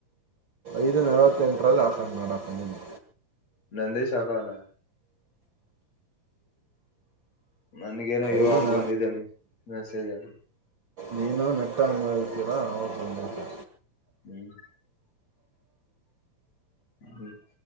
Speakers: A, on the right (about 40°); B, on the left (about 50°).
A: ಐದು ನಳವತ್ತಂಲ್ಲಿ ಹಾಕವನೇ ನೋಡಪ್ಪ ನೀನೆ
B: ನಂದೀಶ್ ಹಕ್ವಾನೆ ನನ್ಗೇನೋ ಇವಾಗ
A: ಐದು ನ
B: ಬಂದಿದೆ ಮೆಸೇಜ್ ಅಲ್ಲಿ
A: ನೀನು ನೆಟ್ಆನ್ ಮಾಡುತ್ತೀರಾ ಅವಗ ಬಂದೈತೆ
B: ಹ್ಮ್ ಹು <unintelligible>